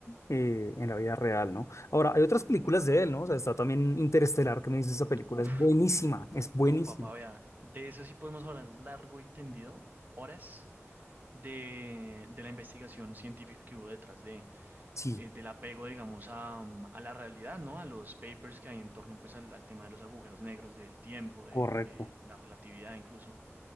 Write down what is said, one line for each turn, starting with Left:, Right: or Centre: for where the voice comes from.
Left: eh, en la vida real, ¿no? Ahora, hay otras películas de él, ¿no? O sea, está también Interestelar, que me dices, esa película
Right: Uf,
Left: es buenísima, es buenísima.
Right: no, papá, vea, de eso sí podemos hablar largo y tendido, horas de, de la investigación científica que hubo detrás de
Left: Sí,
Right: eh, del apego, digamos, a, mm, a la realidad, ¿no? A los papers que hay en torno, pues, al, al tema de los agujeros negros, del tiempo, de,
Left: correcto.
Right: de la relatividad incluso,